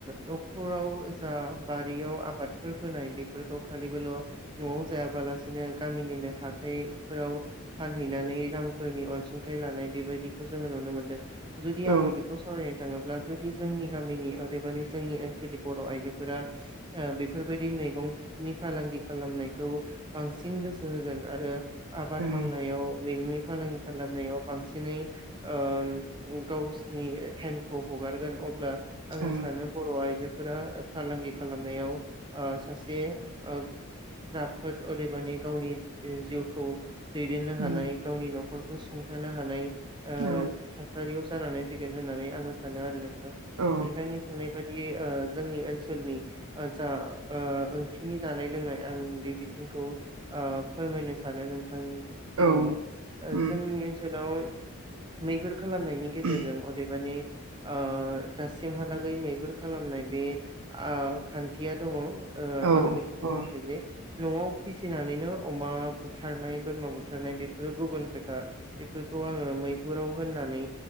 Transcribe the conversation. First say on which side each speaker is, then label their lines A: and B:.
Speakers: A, on the right; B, on the right.
A: न'खराव जा बारियाव आब आबादफोर फोनाय बेफोरखौ खालिबोल' न'आव जायाबालासिनो गामिनिनो हाथाय फोराव फानहैनानै रां फोरनि अनसुंथाइ लानाय बेबायदिखौ जोङो नुनो मोनदों। जुदि
B: औ
A: आङो बेखौ सावराय थाङोब्ला जु जोंनि गामिनि जोंनि ओनसोलनि बर' आइजोफोरा बेफोरबायदि मैगंनि फालांगि खालामनायखौ बांसिन गोसो होगोन आरो। आबाद
B: ओं
A: मावनायाव मैगंनि फालांगि खालामनायाव बांसिनै ओ गावसिनि टाइमखौ हगारगोन अब्ला। आङो
B: औ
A: सानो बर' आइजो फोरा फालांगि खालामनायाव ओ सासे ओ राफोद अदेमानि गावनि जिउखौ दैदेननो
B: उम,
A: हानाय गावनि न' न'खरखौ सुंथानो हानाय ओ
B: औ
A: थासारि जानानै फैगोन होननानै आङो सानो आरो नोंथां।
B: औ
A: नोंथांनि सोंनाय बे ओ जोंनि ओनसोलनि ओ जा ओ ओंख्रिनि जानाय लोंनाय आं बे बिथिंखौ फोरमायनो सानो। नि सिगाङाव
B: औ
A: ओ
B: उम,
A: जोंनि ओनसोलाव मैहुर खालामनायनि गेजेरजों
B: उम,
A: अदेबानि ओ दासिमहालागै मैहुर खालामनाय बे खान्थिया दङ ओ
B: औ
A: आं बेखौ बुङाखै
B: औ ओं
A: जे न'आव फिसिनानैनो अमा बुथारनाय बोरमा बुथारनाय बेफोरो गुबुन खोथा बेफोरखौ आङो मैहुराव होननानै